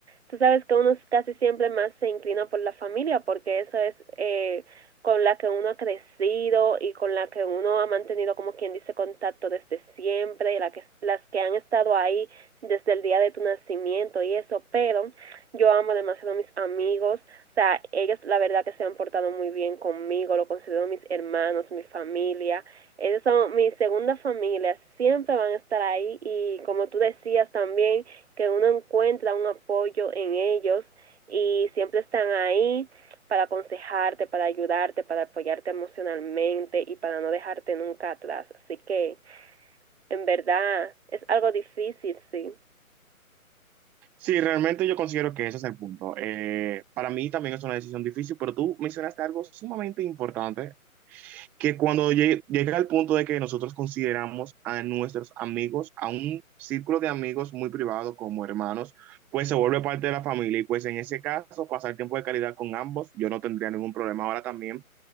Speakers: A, on the right (about 45°); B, in the centre.
A: tú sabes que uno casi siempre más se inclina por la familia porque eso es eh, con la que uno ha crecido y con la que uno ha mantenido como quien dice contacto desde siempre y la que, las que han estado ahí desde el día de tu nacimiento y eso, pero yo amo demasiado a mis amigos, o sea, ellos la verdad que se han portado muy bien conmigo, lo considero mis hermanos, mi familia, ellos son mi segunda familia, siempre van a estar ahí y como tú decías también, que uno encuentra un apoyo en ellos y siempre están ahí para aconsejarte, para ayudarte, para apoyarte emocionalmente y para no dejarte nunca atrás. Así que en verdad es algo difícil, sí.
B: Sí, realmente yo considero que ese es el punto. Eh, para mí también es una decisión difícil, pero tú mencionaste algo sumamente importante que cuando llegue- llega al punto de que nosotros consideramos a nuestros amigos, a un círculo de amigos muy privado como hermanos, pues se vuelve parte de la familia y pues en ese caso pasar tiempo de calidad con ambos, yo no tendría ningún problema ahora también.